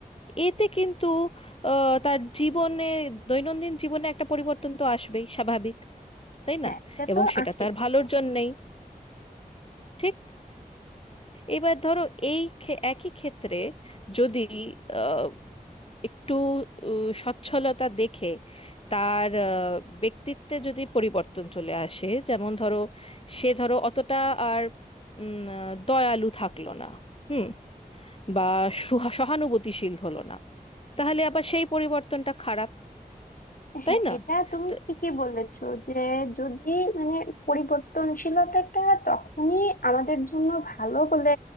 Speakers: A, on the left; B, on the left.
A: এতে কিন্তু আহ, তার জীবনে দৈনন্দিন জীবনে একটা পরিবর্তন তো আসবেই স্বাভাবিক তাই
B: হ্যাঁ
A: না
B: এটা
A: এবং
B: তো
A: সেটা
B: আসেই
A: তার ভালোর জন্যেই ঠিক এবার ধরো এই ক্ষে- একই ক্ষেত্রে যদি আহ, একটু আহ, সচ্ছলতা দেখে তার আহ, ব্যক্তিত্বে যদি পরিবর্তন চলে আসে যেমন ধরো সে ধরো অতটা আর উম, আহ, দয়ালু থাকলো না হুম বা সুহা- সহানুভূতিশীল হলো না তাহলে আবার সেই পরিবর্তনটা খারাপ
B: হ্যাঁ
A: তাই না
B: এটা তুমি
A: তো
B: ঠিকই বলেছো যে যদি মানে পরিবর্তনশীলতাটা তখনই আমাদের জন্য ভালো বলে